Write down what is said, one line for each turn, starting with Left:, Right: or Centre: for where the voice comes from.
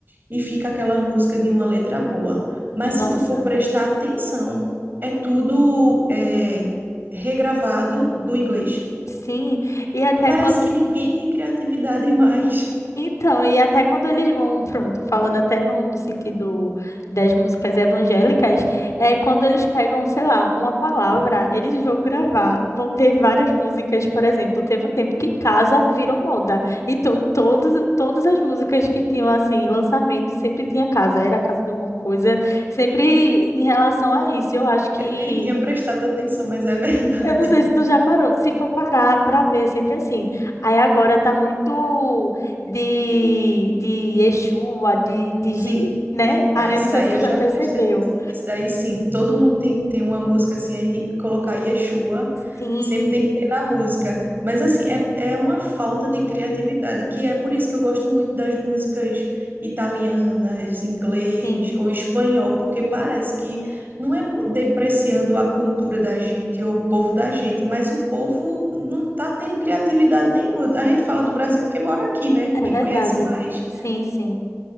Right: e fica aquela música de uma letra boa. Mas se
Left: nossa,
Right: tu for prestar atenção, é tudo é, regravado do inglês.
Left: sim. E até
Right: Parece
Left: quando.
Right: que ninguém tem criatividade <laughs> mais.
Left: Então, e até quando eles vão, <laughs> pronto, falando até no, no sentido das músicas evangélicas, é quando eles pegam, sei lá, uma palavra, eles vão gravar, vão ter várias músicas, por exemplo, teve um tempo que casa virou moda. Então, todos, todas as músicas que tinham, assim, lançamento, sempre tinha casa, era casa de alguma coisa, sempre em relação a isso. Eu acho que
Right: Eu nem tinha prestado atenção, mas é verdade.
Left: eu não sei
Right: <laughs>
Left: se tu já parou. Se for parar para ver, é sempre assim. Aí agora tá muito de, de Exua, de, de,
Right: Sim,
Left: gi- né? Ah,
Right: Não, isso
Left: eu não sei
Right: aí
Left: se tu
Right: eu
Left: já
Right: já
Left: percebeu.
Right: prestei atenção. Isso daí sim, todo mundo tem, tem uma música assim, aí tem que colocar Yeshua,
Left: Sim,
Right: sempre tem que ter na música. Mas assim, é, é uma falta de criatividade, que é por isso que eu gosto muito das músicas italianas, inglês
Left: sim,
Right: ou
Left: sim.
Right: espanhol, porque parece que não é po- depreciando a cultura da gente ou o povo da gente, mas o povo não tá tendo criatividade nenhuma. A gente fala do Brasil porque mora aqui, né? E
Left: É verdade.
Right: conhece mais.
Left: Sim, sim.